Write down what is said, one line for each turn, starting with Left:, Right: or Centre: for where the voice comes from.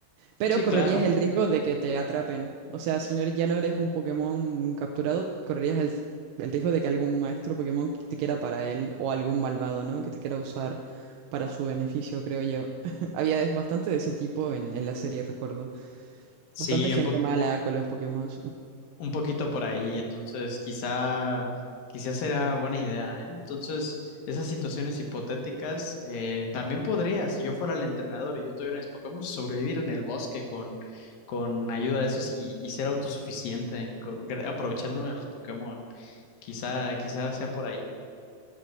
Right: Pero
Left: Sí,
Right: correrías
Left: claro.
Right: el riesgo de que te atrapen. O sea, si no eres- ya no eres un Pokémon capturado, correrías el, el riesgo de que algún maestro Pokémon que te quiera para él o algún malvado, ¿no? Que te quiera usar para su beneficio, creo yo. <laughs> Había es- bastante de ese tipo en, en la serie, recuerdo.
Left: Sí,
Right: Bastante gente
Left: un poco.
Right: mala con los Pokémon.
Left: Un poquito por ahí, entonces quizá, quizá será buena idea, ¿eh? Entonces, esas situaciones hipotéticas eh, también podría, si yo fuera el entrenador y yo tuviera mis Pokémon, sobrevivir en el bosque con, con ayuda de esos y, y ser autosuficiente, con- gra- aprovechándome de los Pokémon. Quizá, quizá sea por ahí.